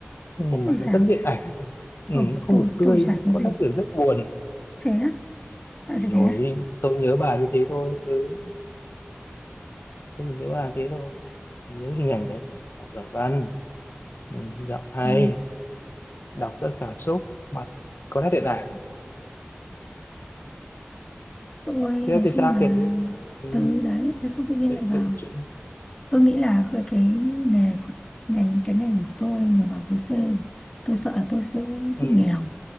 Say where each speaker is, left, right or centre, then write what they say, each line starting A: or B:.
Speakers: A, on the left; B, on the left.
A: nhìn
B: ôi
A: mặt nó
B: dào
A: rất điện ảnh mà ừ.
B: ừ,
A: nó không
B: tôi
A: được tươi
B: tôi chả có
A: có
B: gì
A: nét kiểu rất buồn
B: thế á
A: thì
B: bạn sẽ
A: hồi
B: thế á
A: ấy tôi nhớ bà như thế thôi ừ tôi chỉ nhớ bà thế thôi chỉ nhớ hình ảnh đấy thôi học giỏi văn ừ, giọng hay
B: ừ.
A: đọc rất cảm xúc mặt có nét điện ảnh
B: tôi
A: thế
B: nói
A: thì sao
B: chung là
A: kể đi ừ,
B: ừ đấy thế xong tự nhiên
A: chuyện
B: lại
A: chuyện
B: vào
A: chuyện
B: tôi nghĩ là cái cái nghề của ngành cái ngành của tôi mà vào khối C tôi sợ là tôi sẽ
A: ừ,
B: bị nghèo